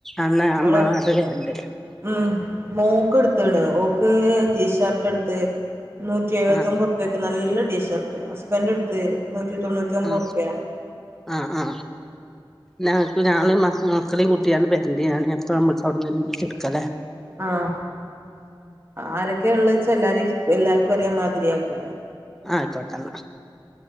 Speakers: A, in the centre; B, on the right (about 30°).
A: എന്നാ
B: ഇവടെ
A: അമ്മ അങ്ങട്ട് വരണ്ട്
B: ഉം മോക്ക് ഇട്ത്ത്ണ് ഓക്ക് ടീഷർ ട്ട്ട്ത്ത് നൂറ്റി എഴുപത്തൊർമ്പ്യക്ക്
A: ആ
B: നല്ല ടീഷർട്ട് ഹസ്ബൻഡ് എടുത്ത് നൂറ്റി തൊണ്ണൂറ്റി ഒമ്പൊർപ്യ
A: ആ ആ ആ ഞങ്ങക്ക് ഞാ മക്കളിം കൂട്ടിയണ്ട് പേരറ അപ്പ നമ്മക്ക് അവിട എടുക്കല്ലേ <unintelligible>
B: ആഹ് ആരൊക്ക ഉള്ളെച എല്ലാരിം എല്ലാർക്കും ഒരേ മാതിരി ആക്ക
A: ആയിക്കോട്ടെന്ന